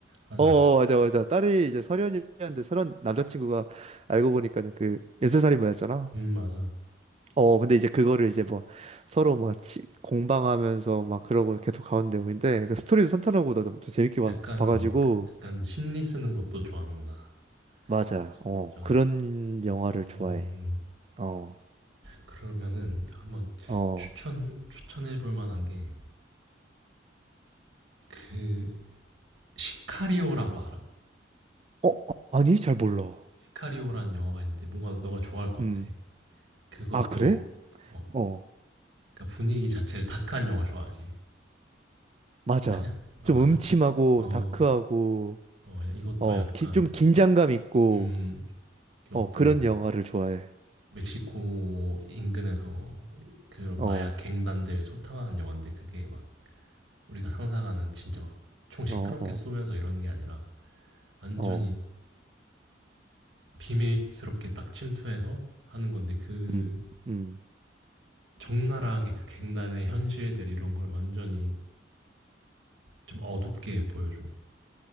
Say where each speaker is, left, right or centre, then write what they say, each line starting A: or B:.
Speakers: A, on the right (about 80°); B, on the right (about 35°).
A: 맞아.
B: 어 어, 맞아 맞아 딸이 이제 설현이었는데 설현 남자친구가 알고 보니까는 그 연쇄살인마였잖아
A: 음 맞아.
B: 어 근데 이제 그거를 이제 뭐 서로 막 치- 공방하면서 막 그러고 계속 가는 내용인데 그 스토리도 탄탄하고 나도 좀 재밌게 봐,
A: 약간
B: 봐가지고
A: 어 그 약간 심리 쓰는 것도 좋아하는구나.
B: 맞아
A: 심리전.
B: 어 그런 영화를 좋아해
A: 음.
B: 어
A: 그러면은 한번
B: 어.
A: 추천 추천해 볼 만한 게 그 시카리오라고 알아?
B: 어, 아니, 잘 몰라.
A: 시카리오라는 영화가 있는데 뭔가 너가 좋아할 것
B: 음.
A: 같아. 그것도
B: 아, 그래?
A: 어
B: 어,
A: 그러니까 분위기 자체를 다크한 영화 좋아하지?
B: 맞아.
A: 아니야? 아
B: 좀
A: 맞아?
B: 음침하고
A: 어.
B: 다크하고
A: 어 이것도
B: 어,
A: 약간
B: 기- 좀 긴장감 있고
A: 음. 이것도
B: 어, 그런 영화를 좋아해.
A: 멕시코 인근에서 그런
B: 어,
A: 마약 갱단들 소탕하는 영화인데 그게 막 우리가 상상하는 진짜 막 총 시끄럽게
B: 어, 어,
A: 쏘면서 이러는 게 아니라 완전히
B: 어.
A: 비밀스럽게 딱 침투해서 하는 건데 그
B: 음. 음.
A: 적나라하게 그 갱단의 현실들 이런 걸 완전히 좀 어둡게 보여줘.